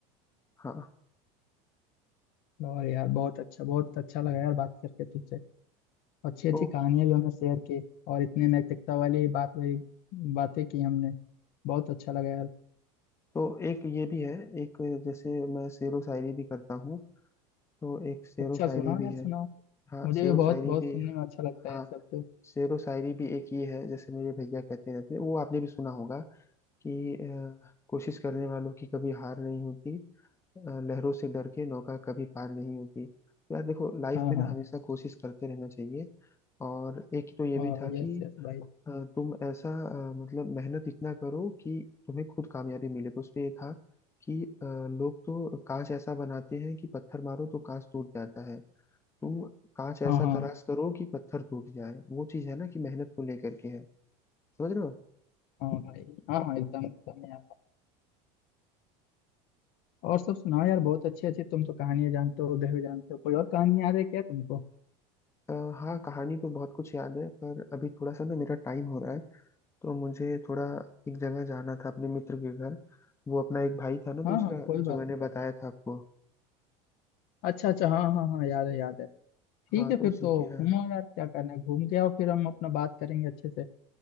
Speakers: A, on the left (about 15°); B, on the left (about 60°).
A: हाँ
B: और यार बहुत अच्छा बहुत अच्छा लगा यार बात करके तुमसे अच्छी अच्छी
A: तो
B: कहानियां भी हमने शेयर की और इतने नैतिकता वाली बात वाली बातें की हमने बहुत अच्छा लगा यार
A: तो एक ये भी है एक जैसे मैं शेरो शायरी भी करता हूँ तो एक शेरो
B: अच्छा
A: शायरी
B: सुनाओ
A: भी
B: यार
A: है
B: सुनाओ
A: हाँ
B: मुझे
A: शेरो
B: भी
A: शायरी
B: बहुत बहुत
A: भी
B: सुनने में अच्छा लगता
A: हाँ
B: है ये सब तो
A: शेरो शायरी भी एक ये है जैसे मेरे भैया कहते रहते हैं वो आपने भी सुना होगा कि अ, कोशिश करने वालों की कभी हार नहीं होती अ, लहरों से डर के नौका कभी पार नहीं होती तो यार देखो लाइफ
B: हाँ
A: में
B: हाँ
A: ना हमेशा कोशिश करते रहना चाहिए और एक तो ये भी
B: और
A: था
B: यस
A: कि
B: यस भाई
A: अ, तुम ऐसा अ, मतलब मेहनत इतना करो कि तुम्हें खुद कामयाबी मिले तो उसपे ये था कि अ, लोग तो कांच ऐसा बनाते हैं कि पत्थर मारो तो कांच टूट जाता है तुम कांच ऐसा
B: हाँ हाँ
A: तराश करो कि पत्थर टूट जाए वो चीज है ना कि मेहनत को लेकर के है समझ रहे हो
B: हाँ भाई हाँ हाँ एकदम एकदम यार और सब सुनाओ यार बहुत अच्छे अच्छे तुम तो कहानियां जानते हो उदय जानते हो कोई और कहानी याद है क्या तुमको
A: अ, हाँ कहानी तो बहुत कुछ याद है पर अभी थोड़ा सा ना मेरा टाइम हो रहा है तो मुझे थोड़ा एक जगह जाना था अपने मित्र के घर वो अपना एक भाई था ना
B: हाँ
A: दूसरा
B: हाँ कोई
A: जो
B: बात
A: मैंने
B: नहीं
A: बताया था आपको
B: अच्छा अच्छा हाँ हाँ हाँ याद है याद है ठीक
A: हाँ
B: है
A: तो
B: फिर
A: उसी
B: तो
A: के यहाँ
B: घूमो यार क्या करना है घूम के आओ फिर हम अपना बात करेंगे अच्छे से